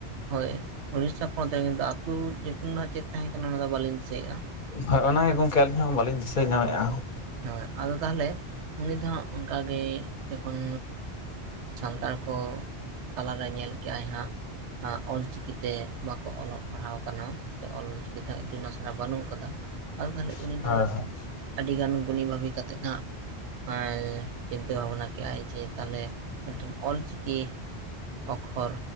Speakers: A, on the right; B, on the left.
A: ᱦᱳᱭ ᱩᱲᱤᱥᱥᱟ ᱯᱚᱱᱚᱛ ᱨᱮ ᱠᱤᱱᱛᱩ ᱟᱹᱛᱩ ᱧᱩᱛᱩᱢ ᱫᱚ ᱦᱟᱸᱜ ᱪᱮᱫ ᱛᱟᱦᱮᱸ ᱠᱟᱱᱟ ᱚᱱᱟ ᱫᱚ ᱵᱟᱹᱞᱤᱧ ᱫᱤᱥᱟᱹᱭᱮᱜ-ᱟ᱾
B: ᱦᱳᱭ ᱚᱱᱟ ᱜᱮ ᱜᱚᱝᱠᱮ ᱟᱹᱞᱤᱧ ᱦᱚᱸ ᱵᱟᱹᱞᱤᱧ ᱫᱤᱥᱟᱹ ᱧᱟᱢᱮᱜ-ᱟ᱾
A: ᱦᱮᱸ ᱟᱫᱚ ᱛᱟᱦᱞᱮ ᱩᱱᱤ ᱫᱚ ᱦᱟᱸᱜ ᱚᱝᱠᱟᱜᱮ ᱡᱚᱠᱷᱚᱱ ᱥᱟᱱᱛᱟᱲ ᱠᱚ ᱛᱟᱞᱟᱨᱮ ᱧᱮᱞ ᱠᱮᱜ-ᱟᱭ ᱦᱟᱸᱜ ᱟᱸ, ᱚᱞᱪᱤᱠᱤ ᱛᱮ ᱵᱟᱠᱚ ᱚᱞᱚᱜ ᱯᱟᱲᱦᱟᱣ ᱠᱟᱱᱟ ᱥᱮ ᱚᱞᱪᱤᱠᱤ ᱛᱮᱦᱚᱸ ᱤᱛᱩᱱ ᱟᱥᱲᱟ ᱵᱟᱹᱱᱩᱜ ᱠᱟᱫᱟ᱾ ᱟᱫᱚ ᱛᱟᱦᱞᱮ ᱩᱱᱤ
B: ᱦᱳᱭ
A: ᱫᱚ
B: ᱦᱳᱭ
A: ᱟᱹᱰᱤ ᱜᱟᱱ ᱜᱩᱱᱤ ᱵᱷᱟᱹᱵᱤ ᱠᱟᱛᱮᱫ ᱦᱟᱸᱜ ᱟᱸᱭ ᱪᱤᱱᱛᱟᱹ ᱵᱷᱟᱵᱱᱟ ᱠᱮᱜ-ᱟᱭ ᱡᱮ ᱛᱟᱦᱞᱮ ᱢᱤᱫᱴᱤᱱ ᱚᱞᱪᱤᱠᱤ ᱚᱠᱠᱷᱚᱨ